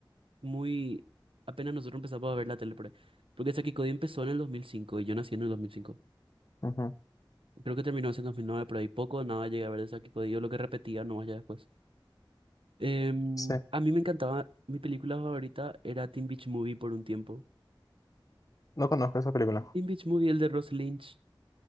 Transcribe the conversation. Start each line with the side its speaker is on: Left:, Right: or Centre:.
Right: muy... Apenas nosotros empezamos a ver la tele por ahí. Porque Saki Cody empezó en el 2005 y yo nací en el 2005.
Left: Ujú,
Right: Creo que terminó en 2009, pero ahí poco o nada llegué a ver de Saki Cody. Yo lo que repetía nomás ya después. Em,
Left: Sí,
Right: a mí me encantaba... Mi película favorita era Teen Beach Movie por un tiempo.
Left: no conozco esa película.
Right: Teen Beach Movie, el de Ross Lynch.